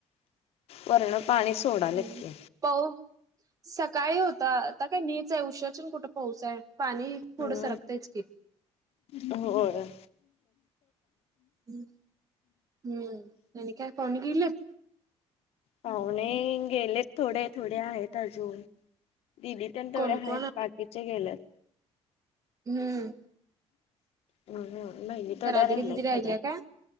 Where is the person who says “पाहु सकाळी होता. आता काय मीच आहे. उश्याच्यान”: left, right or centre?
Right